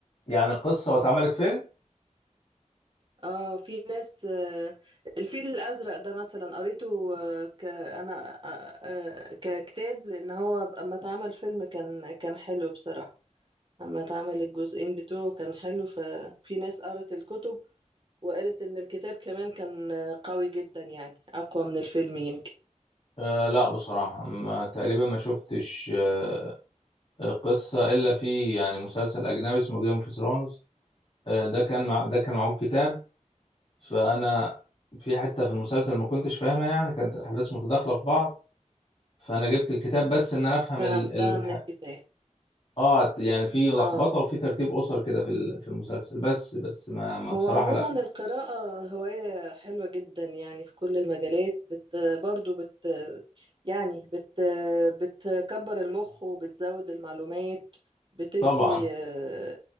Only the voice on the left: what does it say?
يعني قصة واتعملت فيلم
أه لا بصراحة ما تقريبا ما شفتش آه، قصة إلا في يعني مسلسل أجنبي اسمه جيم اوف ثرونز ده كان مع ده كان معه كتاب فأنا في حتة في المسلسل ما كنتش فاهمها يعني كانت الأحداث متداخلة في بعض فأنا جبت الكتاب بس إن أنا أفهم
ال... ال...
آه يعني في لخبطة
وفي ترتيب أسر كده في ال- في المسلسل بس بس ما, ما
بصراحة
لأ
طبعا